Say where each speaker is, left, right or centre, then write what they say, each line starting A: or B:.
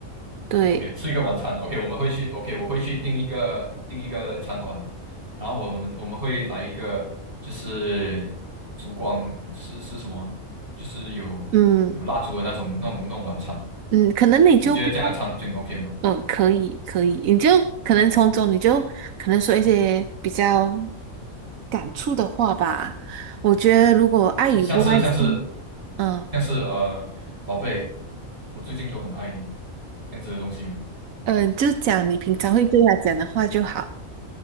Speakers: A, on the right; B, on the right.
A: 对，
B: ？OK，吃一个晚餐。OK，我们会去 OK，我会去订一个订一个餐馆，然后我们我们会来一个就是烛光是是什么？就是有有蜡烛的那种那种那种晚餐。
A: 嗯嗯，可能你就不用。
B: 你觉得这样的场景 OK 吗？
A: 嗯，可以可以，你就可能从中你就可能说一些比较感触的话吧。我觉得如果爱与不爱是，
B: 像是像是
A: 嗯
B: 像是呃，宝贝，我最近都很爱你，这样子的东西吗？
A: 嗯，就讲你平常会对他讲的话就好。